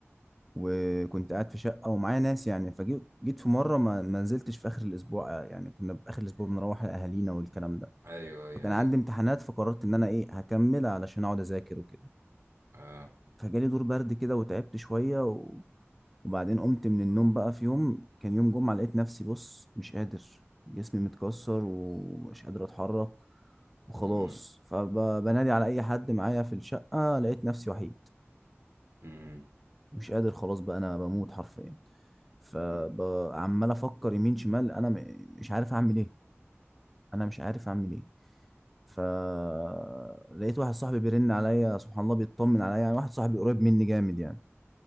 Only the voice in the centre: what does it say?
وكنت قاعد في شقة ومعايا ناس يعني فجيت جيت في مرة ما ما نزلتش في آخر الأسبوع يعني كنا في آخر الأسبوع بنروح لأهالينا والكلام ده
فكان عندي
امتحانات فقررت ان انا ايه هكمل علشان اقعد اذاكر وكده
فجالي دور برد كده وتعبت شويه و... وبعدين قمت من النوم بقى في يوم كان يوم جمعه لقيت نفسي بص مش قادر جسمي متكسر ومش قادر اتحرك وخلاص
فبنادي على اي حد معايا في الشقه لقيت نفسي وحيد
مش قادر خلاص بقى انا بموت حرفيا فعمال
افكر يمين شمال انا م- مش عارف اعمل ايه انا مش عارف اعمل ايه فلقيت واحد صاحبي بيرن عليا سبحان الله بيطمن عليا يعني واحد صاحبي قريب مني جامد يعني